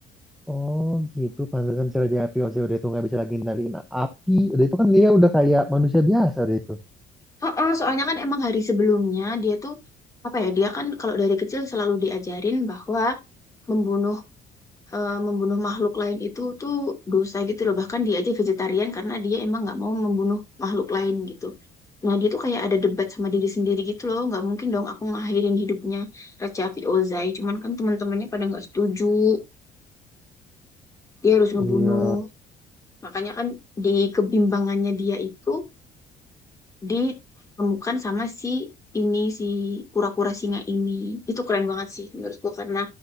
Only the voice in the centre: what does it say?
Oh gitu, pantesan si Raja Api Ozai udah itu nggak bisa lagi ngendaliin api. Udah itu kan dia udah kayak manusia biasa udah itu.
Iya,